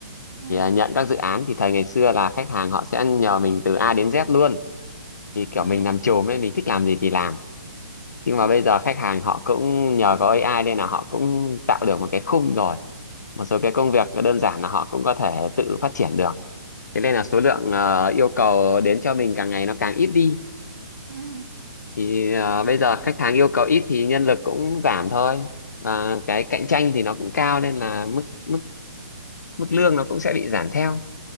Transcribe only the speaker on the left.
thì à, nhận các dự án thì thầy ngày xưa là khách hàng họ sẽ nhờ mình từ A đến Z luôn thì kiểu
mình làm chùm ấy mình thích làm gì thì làm nhưng mà
bây giờ khách hàng họ cũng nhờ có AI nên là họ cũng tạo được một cái khung rồi một số cái công việc đơn giản là họ cũng có thể tự phát triển được thế nên là số lượng ờ, yêu cầu đến cho mình càng ngày nó càng ít đi
thì ờ,
bây giờ khách hàng yêu cầu ít thì nhân lực cũng giảm thôi và cái cạnh tranh thì nó cũng cao nên là mức mức mức lương nó cũng sẽ bị giảm theo